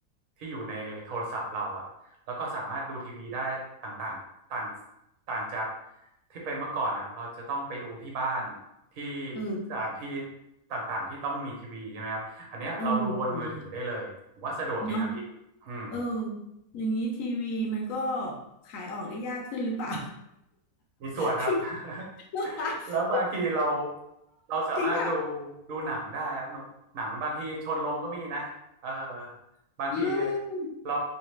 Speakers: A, on the right; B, on the left.
A: ที่อยู่ในโทรศัพท์เราอะแล้วก็สามารถดูทีวีได้ต่างๆต่างต่างจากที่เป็นเมื่อก่อนอะเราจะต้องไปดูที่บ้านที่
B: เออ
A: สถานที่ต่างๆที่ต้องมีทีวีใช่ไหมครับอันเนี้ยเราดูบนมือถือได้เลยผมว่าสะดวกดีนะพี่อืม
B: เออจริงเนาะเอออย่างนี้ทีวีมันก็ขายออกได้ยากขึ้นหรือเปล่า
A: มีส่วนครับ
B: <laughs>
A: <laughs> แล้วบางทีเรา
B: <laughs>
A: เราสามารถดู
B: จริงป่ะ
A: ดูหนังได้ครับหนุหนังบางทีชนลงก็มีนะเออบางที
B: อืม
A: เรา